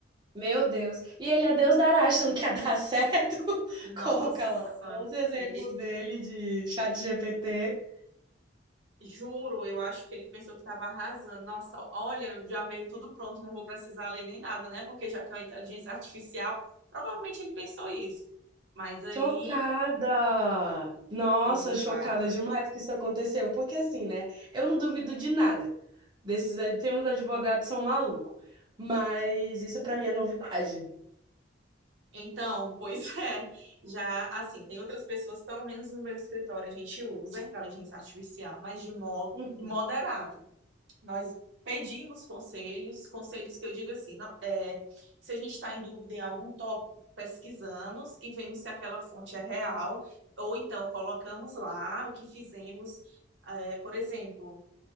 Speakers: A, on the right; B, on the right.
A: Meu Deus! E ele é Deus dará, achando que ia dar certo. <laughs>
B: Nossa,
A: Coloca lá bons exemplos
B: e-
A: dele de chat GPT.
B: e- juro, eu acho que ele pensou que estava arrasando. Nossa, olha, já veio tudo pronto, não vou precisar ler nem nada, né? Porque já que é uma inteligência artificial, provavelmente ele pensou isso. Mas aí
A: Chocada! Nossa,
B: Exato.
A: chocada demais que isso aconteceu. Porque assim, né? Eu não duvido de nada. Desses, ad- tem uns advogados que são malucos. Mas isso pra mim é novidade.
B: Então, pois <laughs> é, já assim, tem outras pessoas, pelo menos no meu escritório, a gente usa a inteligência artificial, mas de modo
A: Hum,
B: moderado. Nós pedimos conselhos, conselhos que eu digo assim, não, é, se a gente está em dúvida em algum tópico, pesquisamos e vemos se aquela fonte é real, ou então colocamos lá o que fizemos. É, por exemplo,